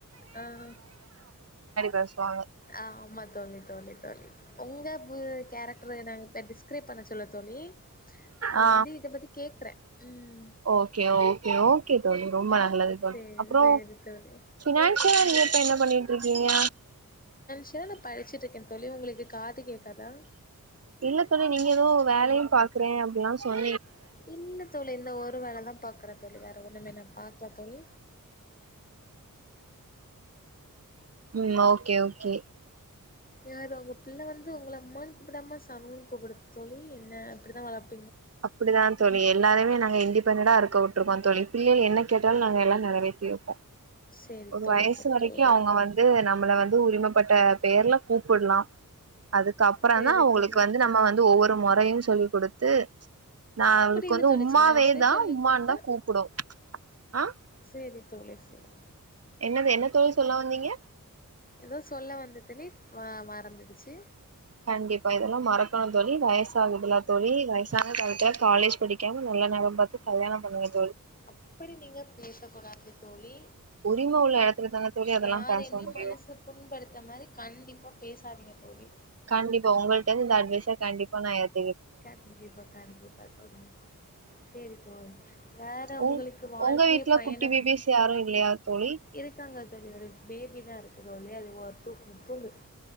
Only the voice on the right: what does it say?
பேசுவாங்க
ஆ
ஓகே ஓகே ஓகே தோழி ரொம்ப நல் நல்லது பண்
அப்றோ
ஃபினான்சியலா நீங்க இப்ப என்ன பண்ணீட்டுருக்கீங்க
இல்ல தோழி நீங்க எதோ வேலயு பாக்குறே அப்டிலா சொன்
உம் ஓகே ஓகே
அப்டிதா தோழி எல்லாருமே நாங்க இங்க ஃபிரெண்டா இருக்க விட்ருக்கோ தோழி பிள்ளைய என்னக் கேட்டாலு நாங்க எல்லா நெறைவேத்தி வெப்போ
ஒரு
வயசு
வரைக்கு
அவ்ங்க வந்து நம்மள வந்து உரிமப்பட்ட பேர்ல கூப் புட்லா அதுக்கப்றந்தா
அவ்ங்களுக்கு
வந்து நம்ம வந்து ஒவ்வொரு மொறையு சொ தொல்லி் குடுத்து நா
அவளுக்கு
வந்து
உம்மாவே
தா
உம்மான்
தா கூப்டு ஆஹ்
என்னது என்ன தோழி சொல்ல வந்தீங்க
கண்டிப்பா இதெல்லா மறக்கணு தோழி வயசாகுதுல தோழி வயசான டயத்துல காலேஜ் படிக்காம நல்ல நேர பாத்து கல்யாண பண்ணி வச்
உரிம உள்ள எடத்துல தான தோழி அதெல்லா
பேச முடியு
கண்டிப்பா உங்கள்ட்ட இருந்து இந்த அட்வைஸா கண்டிப்பா நான் எடு
உங்
உங்க வீட்ல
குட்டி பேபிஸ் யாரு இல்லையா தோழி